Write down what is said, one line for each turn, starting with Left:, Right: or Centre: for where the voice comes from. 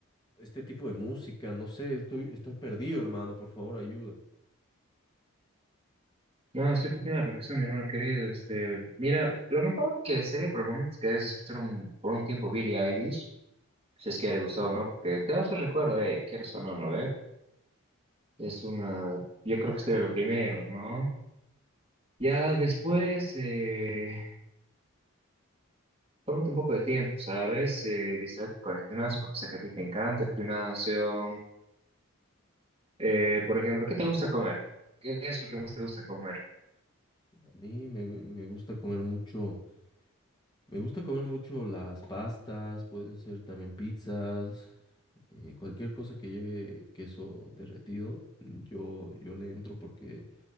Left: este tipo de música, no sé, estoy, estoy perdido, hermano, por favor, ayuda.
Right: No, sí, te entiendo a la perfección, mi hermano querido. Este, mira, lo mejor que sería por el momento es que debes escuchar un- por un tiempo Billie Eilish, si es que a ella le gustaba o no, porque te vas a recuerdo de ella, quieras o no, ¿no ve? Es una... Yo creo que sería lo primero, ¿no? Ya después, eh, tómate un poco de tiempo, ¿sabes? Eh, distraerte con el gimnasio, porque sé que a ti te encanta el gimnasio. Eh, por ejemplo, ¿qué te gusta comer? ¿Qué es lo que más te gusta comer?
Left: A mí me, gu- me gusta comer mucho, me gusta comer mucho las pastas, pueden ser también pizzas, eh, cualquier cosa que lleve queso derretido, yo, yo le entro porque